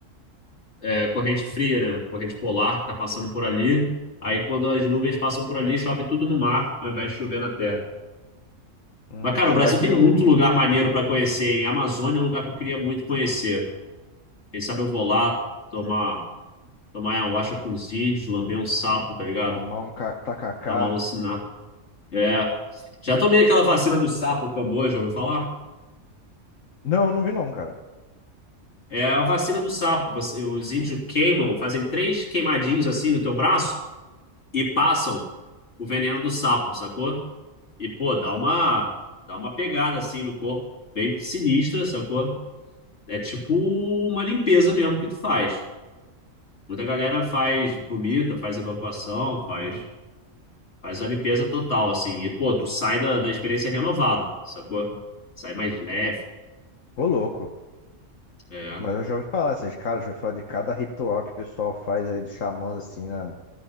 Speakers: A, on the left; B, on the left.
A: é, corrente fria, né? Corrente polar que está passando por ali. Aí, quando as nuvens passam por ali, chove tudo no mar, ao invés de chover na terra.
B: Hum,
A: Mas, cara,
B: será
A: o Brasil
B: que
A: tem
B: eu
A: muito lugar maneiro para conhecer, hein? A Amazônia é um lugar que eu queria muito conhecer. Quem sabe eu vou lá tomar, tomar ayahuasca com os índios, lamber um sapo, tá ligado?
B: tomar um ca- tacacá?
A: Dar uma alucinada. É. Já tomei aquela vacina do sapo, o Camboja, ouviu falar?
B: Não, eu não vi não, cara.
A: É a vacina do sapo. Você- os índios queimam, fazem três queimadinhos assim no teu braço e passam o veneno do sapo, sacou? E, pô, dá uma, dá uma pegada assim no corpo, bem sinistra, sacou? É tipo uma limpeza mesmo que tu faz. Muita galera faz, vomita, faz evacuação, faz, faz a limpeza total, assim. E, pô, tu sai da, da experiência renovada, sacou? Sai mais leve.
B: Ô, louco.
A: É.
B: Mas eu já ouvi falar, assim, de cara, já ouvi falar de cada ritual que o pessoal faz aí dos xamãs, assim, na,